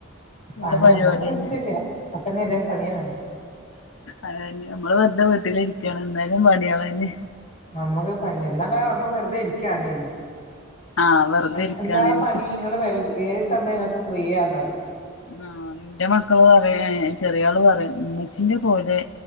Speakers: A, on the left; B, on the left.
A: പണി
B: ഉള്ള പരിപാടിയന്നെ
A: നമ്മക്ക് റെസ്റ്റ് ഇല്ല പത്തണി വരേം പണ്യാണ്
B: അതന്നെ നമ്മള് വെറ്തെ വീട്ടിലിഇരിക്കാണ് എന്നാലും പണ്യാളന്നെ
A: അമ്മക്ക് പണി എന്നാലും അമ്മ വെർതെ ഇരിക്കാണേനും
B: ആഹ് വെറുതെ
A: അൻ
B: ഇരിക്കാണ്
A: എന്താ പണി ഇങ്ങള് വെൽ ഏത് സമയം ങ്ങൾക്ക് ഫ്രീയാന്നറിം
B: ആഹ് ഇന്റെ മക്കള് പറേ ചെറിയാള് പറിം ഇമ്മച്ചിക്ക് ന്റെ പോലെ